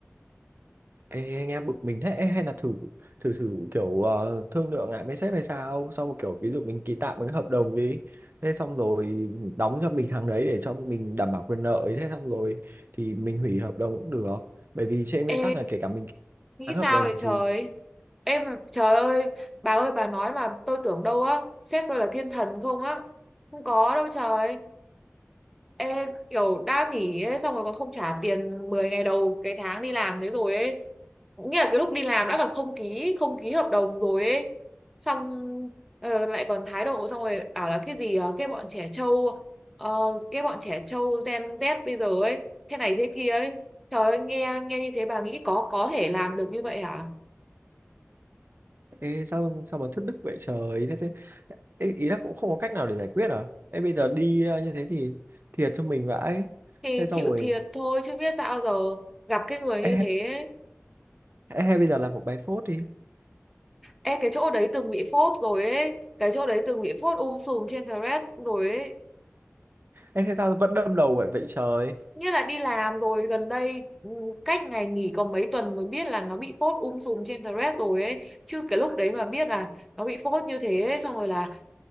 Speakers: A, on the right (about 45°); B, in the centre.
A: Ê, anh em bực mình thế Ê, hay là thử thử thử kiểu ờ, thương lượng lại với sếp hay sao xong một kiểu ví dụ mình ký tạm một cái hợp đồng đi thế xong rồi đóng cho mình tháng đấy để cho mình đảm bảo quyền lợi thế xong rồi thì mình hủy hợp đồng cũng được bởi vì trên
B: Ê,
A: nguyên tắc là kể cả mình ký
B: nghĩ
A: tháng hợp
B: sao
A: đồng
B: vậy trời?
A: thì
B: Em trời ơi, bà ơi bà nói mà tôi tưởng đâu á, sếp tôi là thiên thần không á. Không có đâu trời. Ê, kiểu đã nghỉ ấy, xong rồi còn không trả tiền 10 ngày đầu cái tháng đi làm thế rồi ấy. Nghĩa là cái lúc đi làm đã còn không ký, không ký hợp đồng rồi ấy. Xong ờ, lại còn thái độ xong rồi bảo là cái gì ờ, cái bọn trẻ trâu ờ, cái bọn trẻ trâu Gen Z bây giờ ấy, thế này thế kia ấy. Trời ơi, nghe nghe như thế bà nghĩ có có thể làm được như vậy hả?
A: Ê, sao sao mà thất đức vậy trời thế, thế Ê, ý là cũng không có cách nào để giải quyết à Ê, bây giờ đi ờ, như thế thì thiệt cho mình vãi
B: Thì
A: thế xong
B: chịu
A: rồi
B: thiệt thôi chứ biết sao giờ gặp cái người như
A: Ê, hay
B: thế
A: hay bây giờ làm một bài phốt đi
B: Ê, cái chỗ đấy từng bị phốt rồi ấy cái chỗ đấy từng bị phốt um sùm trên Threads rồi ấy
A: Ê, thế sao vẫn đâm đầu vậy vậy trời?
B: nghĩa là đi làm rồi gần đây ừ, cách ngày nghỉ còn mấy tuần mới biết là nó bị phốt um sùm trên Threads rồi ấy chứ cái lúc đấy mà biết là nó bị phốt như thế ấy, xong rồi là